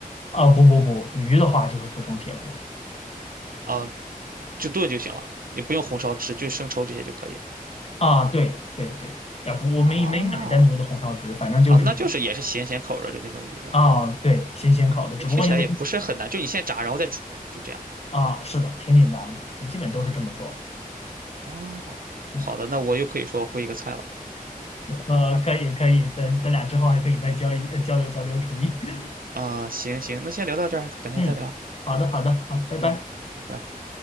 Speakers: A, on the left (about 45°); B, on the right (about 70°).
A: 啊不不不，鱼的话就是普通铁锅
B: 啊，就炖就行了，也不用红烧汁，就生抽这些就可以。
A: 啊，对对对，啊不，我没没买单独的红烧汁，
B: 啊
A: 反正就是
B: 啊，那就是也是咸咸口儿的，就那种鱼呗。
A: 啊对，新鲜烤的，只不过因为
B: 听起来也不是很难，就你先炸，然后再煮，就这样。
A: 啊是的，挺简单的，就基本都是这么做。
B: 哦，
A: 啊。
B: 好的，那我又可以说会一个菜了。
A: 呃，可以可以，咱咱俩之后还可以再交一呃交流交流厨艺。<laughs>
B: 啊、行行，那先聊到这儿，改天再聊。
A: 嗯，好的好的，好，拜拜。
B: 嗯，拜拜。